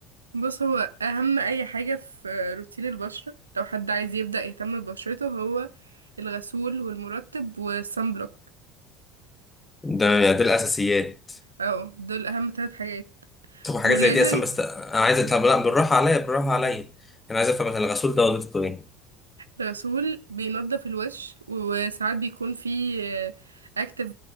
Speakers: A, on the right (about 80°); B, on the left (about 20°).
A: بص هو اهم اي حاجة في روتين البشرة لو حد عايز يبدأ يهتم ببشرته هو الغسول والمرطب والصن بلوك
B: ده يعني دي الاساسيات
A: اه دول اهم ثلاث حاجات
B: طب حاجات
A: ولازم
B: زي دي اصلا بس انا عايز طب لا بالراحه عليا بالراحه عليا انا عايز افهم مثلا الغسول ده وظيفته ايه
A: الغسول بينضف الوش وساعات بيكون فيه اكتف